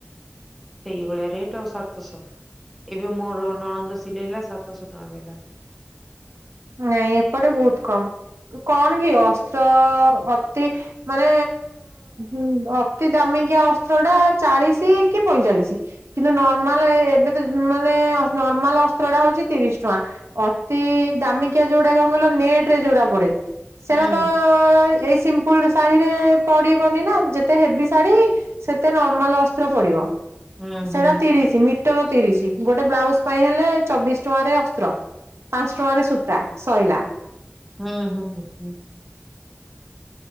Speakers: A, in the centre; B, on the right.
A: ସେଇଭଳିଆ ରେଟ ଆଉ ସାତଶହ ଏବେ ମୋର ନଣନ୍ଦ ସିଲେଇଲା ସାତଶହ ଟଙ୍କା ନେଲା।
B: ନାଇଁ ଏପଟେ ବହୁତ କମ କଣ କି ଅସ୍ତ୍ର ଅତି ମାନେ ଉଁ ଅତି ଦାମିକିଆ ଅସ୍ତ୍ର ଟା ଚାଳିଶ କି ପଇଁଚାଳିଶି କିନ୍ତୁ ନର୍ମାଲେ ଏବେ ତ ମାନେ ନର୍ମାଲ ଅସ୍ତ୍ର ଟା ହଉଛି ତିରିଶ ଟଙ୍କା। ଅତି ଦାମିକିଆ ଯୋଉଡା କଣ କହିଲ ନେଟରେ ଯୋଉଡା ପଡେ ସେଟା
A: ହୁଁ
B: ତ ଏଇ ସିମ୍ ଫୁଲ ଶାଢୀରେ ପଡିବନି ନା ଯେତେ ହେଭି ଶାଢୀ ସେତେ ନର୍ମାଲ ଅସ୍ତ୍ର ପଡିବ।
A: ହୁଁ
B: ସେଟା
A: ହୁଁ
B: ତିରିଶି ମିଟର ତିରିଶି ଗୋଟେ ବ୍ଲାଉଜ ପାଇଁ ହେଲେ ଚବିଶ ଟଙ୍କାରେ ଅସ୍ତ୍ର। ଟଙ୍କା ରେ ସୂତା ଶଇଲା।
A: ହୁଁ ହୁଁ ହୁଁ ହୁଁ।